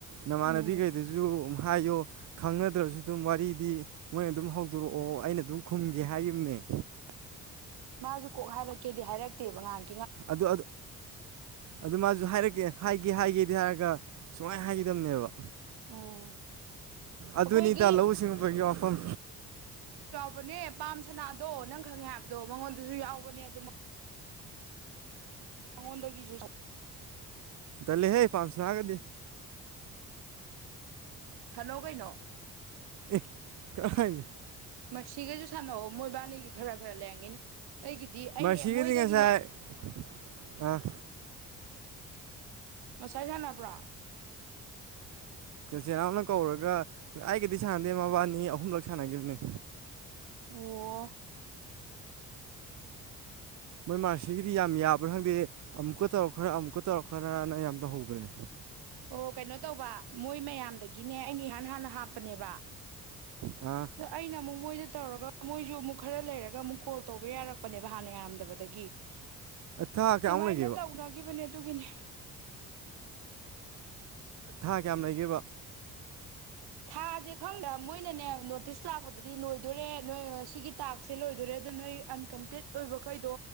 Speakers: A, on the right (about 45°); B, on the right (about 70°).
A: ꯅꯃꯥꯟꯅꯕꯤꯈꯩꯗꯁꯨ
B: ꯎꯝ
A: ꯍꯥꯏꯌꯣ ꯈꯪꯅꯗ꯭ꯔꯁꯨ ꯑꯗꯨꯝ ꯋꯥꯔꯤꯗꯤ ꯃꯣꯏꯅ ꯑꯗꯨꯝ ꯍꯧꯗꯣꯔꯛꯑꯣ ꯑꯩꯅ ꯑꯗꯨꯝ ꯈꯨꯝꯒꯦ ꯍꯥꯏꯈꯤꯕꯅꯦ
B: <inaudible> ꯃꯥꯁꯨ ꯀꯣꯛ ꯍꯥꯏꯔꯛꯀꯦꯗꯤ ꯍꯥꯏꯔꯛꯇꯦꯕ ꯉꯍꯥꯟ
A: ꯑꯗꯨ ꯑꯗꯨ ꯃꯥꯁꯨ ꯍꯥꯏꯔꯛ ꯍꯥꯏꯒꯦ ꯍꯥꯏꯒꯦ ꯍꯥꯏꯒꯦꯗꯤ ꯍꯥꯏꯔꯒ ꯁꯨꯃꯥꯏꯅ ꯍꯥꯏꯈꯤꯗꯕꯅꯦꯕ
B: ꯎꯝ
A: ꯑꯗꯨꯅꯤ
B: ꯑꯩꯈꯣꯏꯒꯤ
A: ꯇ ꯂꯧꯎ ꯁꯤꯡꯎꯕꯒꯤ ꯋꯥꯐꯝ
B: ꯍꯕꯅꯦ ꯄꯥꯝ ꯁꯅꯥꯗꯣ ꯅꯪ ꯈꯪꯉꯦ ꯍꯥꯏꯕꯗꯣ ꯃꯉꯣꯟꯗꯁꯨ ꯌꯥꯎꯕꯅꯦ ꯑꯗꯨꯝ ꯃꯉꯣꯟꯗꯒꯤꯁꯨ
A: ꯗꯜꯂꯤꯍꯦ ꯄꯥꯝ ꯁꯅꯥꯒꯗꯤ
B: ꯁꯥꯟꯅꯧ ꯀꯩꯅꯣ
A: ꯑꯦ ꯀꯔꯥꯢꯗ
B: ꯃꯁꯤꯈꯩꯁꯨ ꯁꯥꯟꯅꯑꯣ ꯃꯣꯏ ꯏꯕꯥꯅꯤꯒꯤ ꯈꯔ ꯈꯔ ꯂꯩꯔꯝꯒꯅꯤ ꯑꯩꯒꯤꯗꯤ ꯑꯩꯅꯦ
A: ꯃꯔꯁꯤꯒꯗꯤ
B: ꯃꯣꯏꯗꯒꯤꯅꯦ
A: ꯉꯁꯥꯏ ꯑ
B: ꯉꯁꯥꯏ ꯁꯅꯕ꯭ꯔꯥ
A: ꯏꯆꯦꯅꯥꯎꯅ ꯀꯧꯔꯒ ꯑꯩꯒꯗꯤ ꯁꯥꯟꯅꯗꯦ ꯃꯕꯥꯅꯤ ꯑꯍꯨꯝꯂꯛ ꯁꯥꯟꯅꯈꯤꯕꯅꯤ
B: ꯑꯣ <inaudible>
A: ꯃꯣꯏ ꯃꯥꯔꯁꯤꯒꯤꯗꯤ ꯌꯥꯝ ꯌꯥꯕ꯭ꯔꯥ ꯈꯪꯗꯦ ꯑꯃꯨꯛꯀ ꯇꯧꯔꯛꯈ꯭ꯔ ꯑꯃꯨꯛꯀ ꯇꯧꯔꯛ ꯈ꯭ꯔꯅ ꯌꯥꯝ ꯇꯧꯍꯧꯕꯅꯤ
B: ꯑꯣ ꯀꯩꯅꯣ ꯇꯧꯕ ꯃꯣꯏ ꯃꯌꯥꯝꯗꯒꯤꯅꯦ ꯑꯩꯅ ꯏꯍꯥꯟ ꯍꯥꯟꯅ ꯍꯥꯞꯄꯅꯦꯕ ꯑꯗꯣ
A: ꯑ
B: ꯑꯩꯅ ꯑꯃꯨꯛ ꯃꯣꯏꯗ ꯇꯧꯔꯒ ꯃꯣꯏꯁꯨ ꯑꯃꯨꯛ ꯈꯔ ꯂꯩꯔꯒ ꯑꯃꯨꯛ ꯀꯣꯜ ꯇꯧꯕ ꯌꯥꯔꯛꯄꯅꯦꯕ ꯍꯥꯟꯅ ꯌꯥꯔꯝꯗꯕꯗ ꯑꯗꯨꯃꯥꯏꯅ
A: ꯊꯥ ꯀꯌꯥꯃꯨꯛ ꯂꯩꯒꯦꯕ
B: ꯇꯧꯅꯈꯤꯕꯅꯦ ꯑꯗꯨꯒꯤꯅꯦ
A: ꯊꯥ ꯀꯌꯥꯝ ꯂꯩꯒꯦꯕ
B: ꯊꯥꯁꯦ ꯈꯪꯗ꯭ꯔꯥ ꯃꯣꯏꯅꯅꯦ ꯅꯣꯇꯤꯁ ꯂꯥꯛꯄꯗꯗꯤ ꯂꯣꯏꯗꯣꯏꯣꯔꯦ ꯅꯣꯏ ꯁꯤꯒꯤ ꯇꯥꯛꯁꯦ ꯂꯣꯏꯗꯣꯔꯦ ꯑꯗ ꯅꯣꯏ ꯑꯟꯀꯝꯄꯤꯠ ꯑꯣꯏꯕꯈꯩꯗꯣ